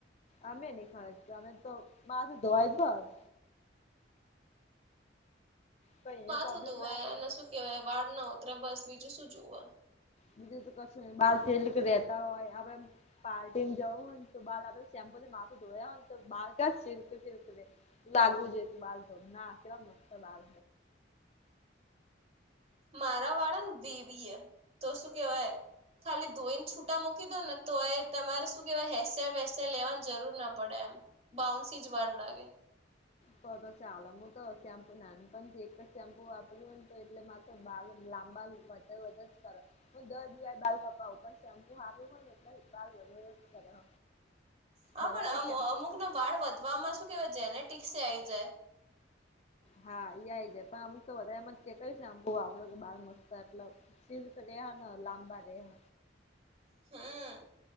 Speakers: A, on the left; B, on the right.
A: અમે બી ખર્ચે અમે તો માથું ધોવાય બસ. કઈ
B: માથું
A: પ્રોબ્લેમ
B: ધોવાય
A: લાગે
B: એને શું કેવાય વાળ ના ઉતરે બસ બીજું શું જોવુ
A: બીજુ તો ક્સુ ની બાલ સિલ્ક રહેતા હોય હવેમ. પાર્ટીને જઉન તો બાલ આપે શેમ્પો થી માથું ધોયા તો બાલ કેવા સિલ્કી સિલ્કી થઇ જાય. લાગવું જો તું બા ના કે મ બા.
B: મારા વાળા ને વવીય તો શું કેવાય ખાલી ધોઈને છૂટા મૂકી દો ને તો એ તમારે શું કેહેવાય હેર સ્ટાઇલ વેર સ્ટાઇલ લેવાની જરૂર ના પડે એમ. બાઉન્સી જ વાર લાગે
A: તો તો ચાલ હ. હું તો શેમ્પુ નાનપણથી એક જ શેમ્પુ વાપર્યું ને તો એટલે મારે બા લાંબા વધે વધ જ કર હું દર દિવાળી બાલ કપાવું પણ શેમ્પુ હારું હોય ને તો જ બાલ વધે.
B: હા
A: બધા
B: પણમુ
A: કે શેમ્પુ
B: અમુકનો વાળ વધવામાં શું કેવાય છેને ટીસે આઈ જાય.
A: હા ય છે પણ અમુક તો વધારે એમાંક છે આમકુ વાપરો કે બાર મસ્ત એટલો. સિલ્ક રેય ને લાંબા રેય.
B: હમ